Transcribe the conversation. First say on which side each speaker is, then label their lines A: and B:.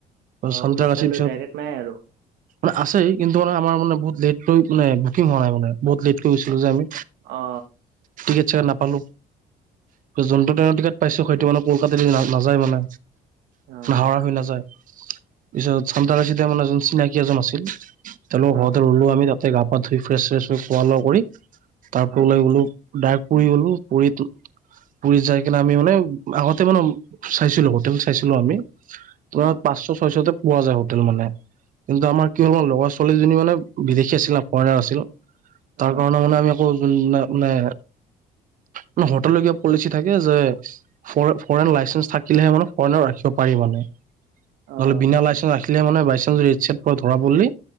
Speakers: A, on the right (about 80°); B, on the right (about 50°).
A: অ
B: চান্ত্ৰাগাছিৰ
A: উৰিষ্যালৈ
B: পিছত
A: ডাইৰেক্ট নাই আৰু।
B: মানে আছে কিন্তু মানে আমাৰা মানে বহুত লেট কৈ মানে বুকিং হোৱা নাই মানে। বহুত লেট কৈ গৈছিলো
A: অ
B: যে আমি।
A: অ
B: টিকেট চিকেট নাপালো যোনটো ট্ৰেইনৰ টিকেট পাইছো সেইটো মানে কলকাতা দি না নাযায় মানে।
A: অ
B: হাৱৰা হৈ নাযায় পিছত সাঁতৰাগাছিতে মানে যোন চিনাকি এজন আছিল। তেওঁলোকৰ ঘৰতে
A: অ
B: ৰ'লো আমি তাতে গা পা ধুই ফ্ৰেছ শ্ৰেছ হৈ খোৱা লোৱা কৰি তাৰ পৰা
A: অ
B: ওলাই গ'লো। ডাইৰেক্ট পুৰী গ'লো পুৰীত পুৰীত যাই কিনে আমি মানে আগত। তে মানে চাইছিলো হোটেল চাইছিলো আমি তোমাৰ
A: অ
B: পাঁচশ ছয়শতে। পোৱা যায় হোটেল মানে কিন্তু আমাৰ কি হ'ল লগৰ ছোৱালীজনী মানে বিদেশী আছিল না ফৰেনাৰ আছিল। তাৰ
A: অ
B: কাৰণে মানে আমি আকৌ। নাই মানে হোটেলৰ কিবা পলিচি থাকে যে ফৰে। ফৰেন লাইচেঞ্চ, থাকিলেহে মানে ফৰেনৰ ৰাখিব পাৰি মানে নহ'লে
A: অ
B: বিনা লাইচেঞ্চ ৰাখি দিলে মানে বাই চান্স ৰেট ছেপ পৰা ধৰা পৰিলে